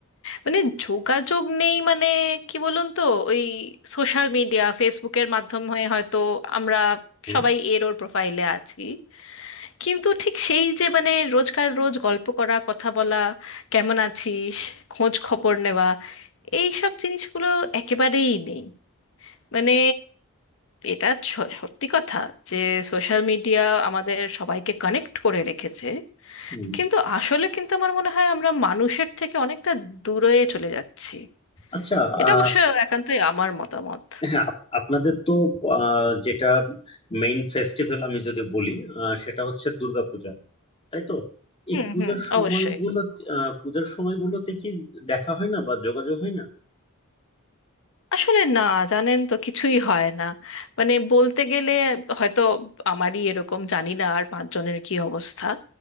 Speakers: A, on the left; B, on the left.
A: মানে যোগাযোগ নেই মানে কি বলুন তো ওই সোশ্যাল মিডিয়া ফেসবুকের মাধ্যমে হয়তো আমরা
B: হ্যাঁ
A: সবাই এর ওর প্রোফাইলে আছি কিন্তু ঠিক সেই যে মানে রোজকার রোজ গল্প করা কথা বলা কেমন আছিস খোঁজ খবর নেওয়া এই সব জিনিসগুলো একেবারেই নেই মানে এটা স- সত্যি কথা যে সোশ্যাল মিডিয়া আমাদের সবাইকে কানেক্ট করে রেখেছে
B: হুম।
A: কিন্তু আসলে কিন্তু আমার মনে হয় আমরা মানুষের থেকে অনেকটা দূরে চলে যাচ্ছি
B: আচ্ছা আহ,
A: এটা অবশ্য একান্তই আমার মতামত
B: হ্যাঁ আপ- আপনাদের তো আহ, যেটা মেইন ফেস্টিভ্যাল আমি যদি বলি আহ, সেটা হচ্ছে দুর্গাপূজা তাই তো এই
A: হুম
B: পূজার
A: হুম
B: সময়গুলো
A: অবশ্যই
B: আহ, পূজার সময়গুলোতে কি দেখা হয় না বা যোগাযোগ হয় না
A: আসলে না জানেন তো কিছুই হয় না মানে বলতে গেলে হয়তো আমারই এরকম জানি না আর পাঁচজনের কি অবস্থা